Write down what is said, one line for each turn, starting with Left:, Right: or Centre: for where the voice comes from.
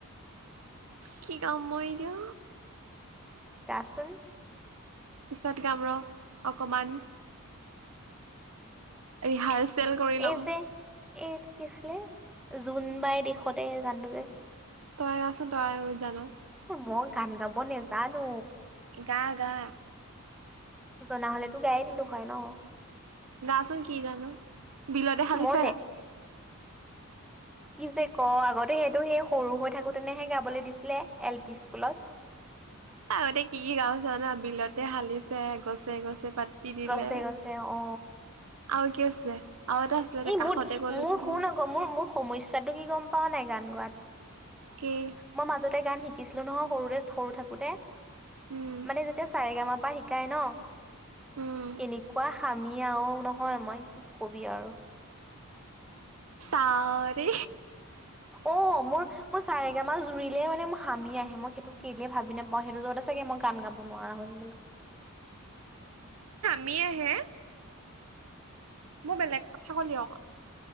Right: কি গাম মই এতিয়া?
Centre: গাচোন।
Right: পিছত গাম ৰ' অকমান। <unintelligible> ল'ম
Centre: এই যে এই কি আছিলে, জোনবাই দিশতে এই গানটো যে
Right: তই আচোন তই জান
Centre: এ মই গান গাব নেজানো।
Right: এ গা-গা।
Centre: জনা হ'লেতো গাই দিলো হয় ন'।
Right: গাচোন কি জানো বিলতে হালিছে
Centre: মই নে
Right: গা।
Centre: কি যে ক আগতে সেইটো সেই সৰু হৈ থাকোতেনেহে গাবলৈ দিছিলে এল পি স্কুলত।
Right: আগতে কি, কি গাও চ জানা বিলতে হালিছে, গছে গছে পাতে তি দিলে
Centre: গছে গছে অ
Right: আৰু কি আছিলে আৰু এটা আছিলে
Centre: এই
Right: কাষতে
Centre: মোৰ,
Right: গ'ল
Centre: মোৰ
Right: আছিলে
Centre: শুন আকৌ মোৰ, মোৰ সমস্যাটো কি গম পাৱও নাই গান গোৱাত
Right: কি
Centre: মই মাজতে গান শিকিছিলো নহয়, সৰুতে সৰু থাকোতে
Right: উম
Centre: মানে যেতিয়া চাৰেগা মা পা শিকাই ন
Right: উম
Centre: এনেকুৱা আমি আৰু নহয় মই কি কবি আৰু
Right: চাৰে
Centre: অ' মোৰ, মোৰ চাৰে এবাৰ জুৰিলে মানে ম হামি আহেই, মই সেইটো কেলে ভাবি নাপাও, সেইটো জোৰতে চাগে মই গান গাব গাব নোৱাৰা হৈ থাকিলো।
Right: মি আহে মই বেলেগ কথা ক'লি অক।